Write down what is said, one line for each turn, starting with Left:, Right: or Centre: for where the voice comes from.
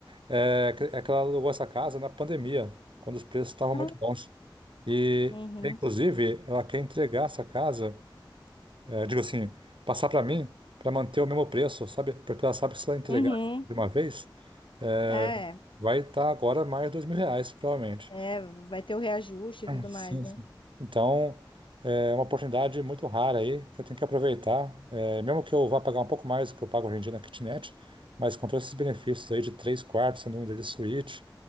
Right: é, que- é que ela alugou essa casa na pandemia, quando os preços estavam
Left: <laughs>
Right: muito bons. E,
Left: Uhum.
Right: inclusive, ela quer entregar essa casa, é, digo assim, passar para mim, para manter o mesmo preço, sabe? Porque ela sabe que se ela entregar
Left: Uhum.
Right: de uma vez, é,
Left: Ah, É,
Right: vai estar agora mais dois mil reais, provavelmente.
Left: é, vai ter o reajuste e tudo
Right: Sim,
Left: mais, né?
Right: sim. Então, é uma oportunidade muito rara aí, que eu tenho que aproveitar. É, mesmo que eu vá pagar um pouco mais do que eu pago hoje em dia na kitnet, mas com todos esses benefícios aí de três quartos, sendo um deles suíte,